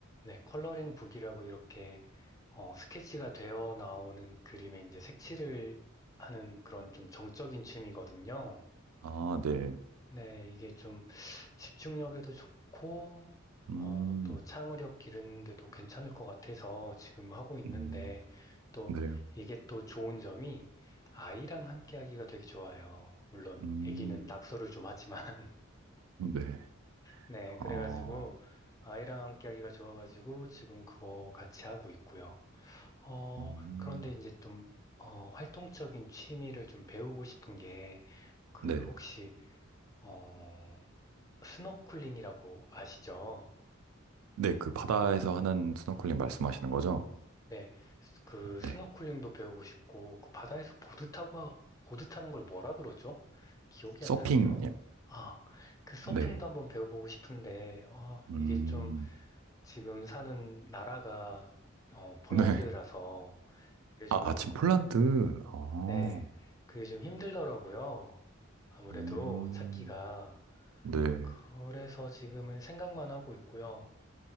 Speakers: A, on the left; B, on the right.
A: 네, 컬러링 북이라고 이렇게, 어, 스케치가 되어 나오는 그림에 이제 색칠을 하는 그런 좀 정적인 취미거든요.
B: 아, 네.
A: 네, 이게 좀 집중력에도 좋고,
B: 음,
A: 어, 또 창의력 기르는데도 괜찮을 것 같아서 지금 하고 있는데,
B: 음,
A: 또
B: 네.
A: 이게 또 좋은 점이 아이랑 함께 하기가 되게 좋아요. 물론
B: 음,
A: 아기는 낙서를 좀 하지만, <laughs>
B: 네.
A: 네, 그래가지고
B: 어,
A: 아이랑 함께 하기가 좋아가지고 지금 그거 같이 하고 있고요. 어,
B: 음,
A: 그런데 이제 좀, 어, 활동적인 취미를 좀 배우고 싶은 게, 그
B: 네.
A: 혹시, 어, 스노클링이라고 아시죠?
B: 네, 그 바다에서 하는 스노클링 말씀하시는 거죠?
A: 네, 스- 그
B: 네.
A: 스노클링도 배우고 싶고 그 바다에서 보드 타고 보드 타는 걸 뭐라 그러죠? 기억이
B: 서핑,
A: 안 나네요.
B: 예. 요
A: 아, 그 서핑도
B: 네.
A: 한번 배워보고 싶은데 어,
B: 음,
A: 이게 좀 지금 사는 나라가 어, 폴란드라서
B: 네.
A: 그게 좀,
B: 아, 아, 지금 폴란드. 아,
A: 네, 그게 좀 힘들더라고요. 아무래도
B: 음,
A: 찾기가.
B: 네.
A: 그래서 지금은 생각만 하고 있고요.